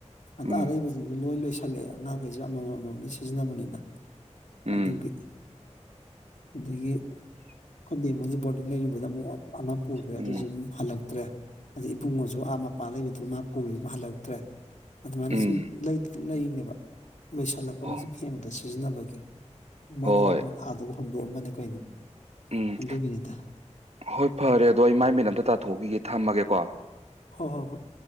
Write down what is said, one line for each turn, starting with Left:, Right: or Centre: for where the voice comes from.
Left: ꯑꯗ
Right: ꯎꯝ
Left: ꯑꯔꯩꯕꯁꯤꯡꯗꯣ ꯂꯣꯏ ꯂꯣꯏꯁꯤꯜꯂꯛꯑꯦ ꯑꯉꯥꯡꯈꯩꯁꯦ ꯑꯃꯃꯝ ꯑꯃꯃꯝ ꯂ ꯁꯤꯖꯤꯟꯅꯕꯅꯤꯅ
Right: ꯎꯝ
Left: ꯑꯗꯨꯒꯤ ꯑꯗꯒꯤ ꯑꯩꯈꯣꯏꯗ ꯃꯣꯏꯁ ꯕꯣꯔꯗꯤꯡ ꯂꯩꯔꯨꯕꯗ ꯑꯃꯨꯛ ꯑꯃ ꯄꯨꯈ꯭ꯔꯦ
Right: ꯎꯝ
Left: ꯑꯗꯨꯁꯨꯨꯝ ꯍꯜꯂꯛꯇ꯭ꯔꯦ ꯑꯗꯩ ꯏꯕꯨꯡꯉꯁꯨ ꯑꯥ ꯃꯄꯥ ꯂꯩꯕꯗꯨ ꯃꯥ ꯄꯨꯕꯗꯨꯅ ꯍꯜꯂꯛꯇ꯭ꯔꯦ ꯑꯗꯨꯃꯥꯏꯅ
Right: ꯎꯝ
Left: ꯁꯨꯝ ꯂꯩꯗꯤ ꯑꯗꯨꯝ ꯂꯩꯅꯦꯕ ꯂꯣꯏꯁꯤꯜꯂꯛꯄ <unintelligible>
Right: ꯍꯣ
Left: ꯁꯨꯝ ꯍꯦꯟꯕꯗꯣ ꯁꯤꯖꯤꯟꯅꯕꯒꯤ ꯃꯣꯏꯅꯒ
Right: ꯍꯣꯏ
Left: ꯑꯃꯨꯛ ꯑꯥꯗꯒ ꯍꯨꯟꯗꯣꯛꯑꯝꯃꯅꯦ ꯀꯩꯩꯅꯦ
Right: ꯎꯝ
Left: ꯑꯗꯨꯒꯤꯅꯤꯗ
Right: ꯍꯣꯏ ꯐꯔꯦ ꯑꯗꯣ ꯑꯩ ꯃꯥꯏ ꯃꯤꯠ ꯑꯝꯇ ꯇꯥꯊꯣꯛꯈꯤꯒꯦ ꯊꯝꯃꯒꯦꯀꯣ
Left: ꯍꯣ ꯍꯣ ꯍꯣꯏ